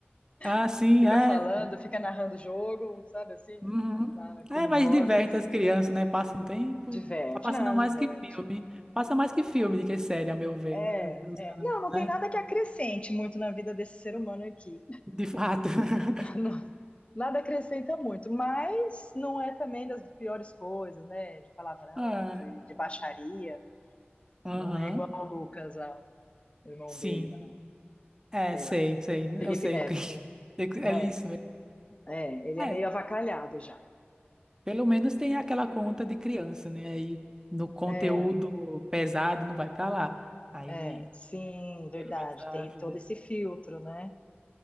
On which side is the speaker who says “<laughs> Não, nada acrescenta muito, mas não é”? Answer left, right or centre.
Left